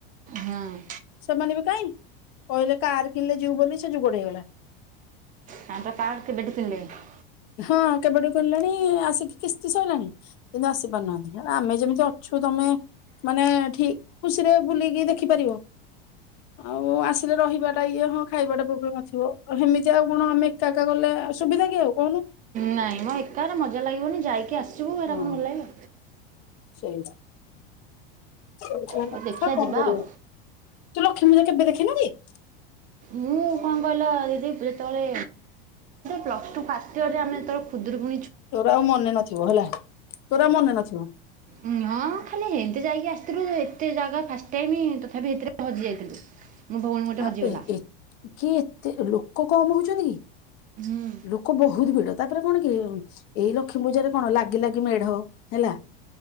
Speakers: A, on the right; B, on the left.
A: ହଁ
B: ସେମାନେ ବି କାହିଁ। କହିଲେ କାର୍ ହେଲେ ଯିବୁ ବୋଲି ସେ ଯୁଗଟେ ହେଇଗଲା। <inaudible>
A: ତାଙ୍କର କାର୍ କେବେ ଠୁ କିଣିଲେଣି।
B: ହଁ କେବେଠୁ କିଣିଲେଣି ଆସିକି କିସ୍ତି ସୋଇଲାଣି କିନ୍ତୁ ଆସି ପାରୁନାହାନ୍ତି। ଆମେ ଯେମିତି ଅଛୁ ତମେ। ମାନେ ଠିକ ଖୁସିରେ ବୁଲିକି ଦେଖିପାରିବ ଆଉ ଆସିଲେ ରହିବା ଟା ଇଏ ହଁ ଖାଇବାଟା ପ୍ରୋବ୍ଲେମ ନଥିବ ସେମିତି ଆଉ କଣ ଆମେ ଏକା ଏକ ଗଲେ ସୁବିଧା କି ଆଉ? କହୁନୁ।
A: ନାଇଁ ମୋ ଏକାରେ ମଜା ଲାଗିବନି ଯାଇକି ଆସ ଯିବୁ ଏଇଟା
B: ହଁ।
A: କଣ ଭଲ ଲାଗିବ।
B: ସେଇଆ। <unintelligible> କଣ
A: ହଉ ଦେଖିବା ଯିବା
B: କରିବୁ
A: ଆଉ।
B: ତୁ ଲକ୍ଷ୍ମୀ ପୂଜା କେବେ ଦେଖିନୁ କି?
A: ମୁଁ କଣ କହିଲ ଦିଦି ଯେତେବେଳେ, ପ୍ଲସ୍ ଟୁ ଫାଷ୍ଟ ୟେର୍ ରେ ଆମେ ଯେତେବେଳେ ଖୁଦୁରୁକୁ
B: ତୋର ଆଉ ମନେ ନଥିବ ହେଲା। ତୋରା ଆଉ ମନେ ନଥିବ।
A: ଉଁ ହଁ ଖାଲି ହେମିତି ଯାଇକି ଆସିଥିଲୁ ଏତେ ଜାଗା ଫାଷ୍ଟ ଟାଇମ ତଥାପି ଭିତରେ ଆମେ ହଜି ଯାଇଥିଲୁ। ମୋ ଭଉଣୀ ଗୋଟେ
B: ଆପେ
A: ହଜିଗଲା।
B: ଏ କିଏ? ଏତେ ଲୋକ କମ ହଉଛନ୍ତି କି
A: ହୁଁ।
B: ଲୋକ ବହୁତ ଭିଡ ତାପରେ କଣ କି ଏଇ ଲକ୍ଷ୍ମୀ ପୂଜରେ କଣ ଲାଗି ଲାଗି ମେଢ ହେଲା।